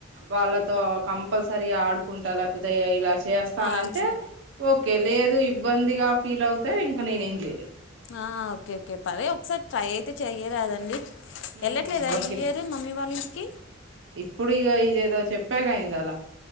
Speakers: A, on the right (about 70°); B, on the left (about 65°).
A: వాళ్ళతో కంపల్సరీగా ఆడుకుంటా లేకపోతే ఇలా చేస్తానంటే
B: ఆ, ఓకే
A: ఓకే లేదు ఇబ్బందిగా ఫీల్ అవుతే ఇంకా నేనే ఏం చేయలే
B: ఆహ్ ఓకే ఓకే పరే ఒకసారి ట్రై అయితే చెయ్యరాదండి వెళ్ళట్లేదా
A: ఉమ్ ఓకే
B: ఈ ఇయర్ మమ్మీ వాళ్ళ ఇంటికి
A: ఇప్పుడు ఇక ఇదేదో చెప్పాగా అయింది అలా